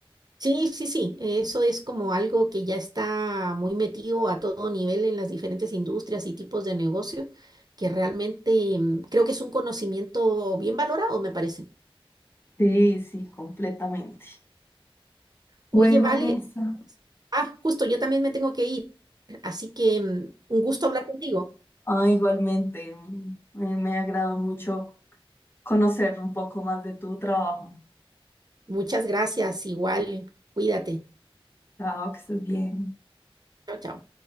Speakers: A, on the right; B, on the left.
A: Sí, sí, sí, eso es como algo que ya está muy metido a todo nivel en las diferentes industrias y tipos de negocio, que realmente mm, creo que es un conocimiento bien valorado, me parece.
B: Sí, sí, completamente.
A: Oye,
B: Bueno,
A: vale,
B: Mirza,
A: ah, justo, yo también me tengo que ir, así que mm, un gusto hablar contigo.
B: ah, igualmente, mm, eh, me agradó mucho conocer un poco más de tu trabajo.
A: Muchas gracias, igual, cuídate.
B: Chao, que estés bien.
A: Chao, chao.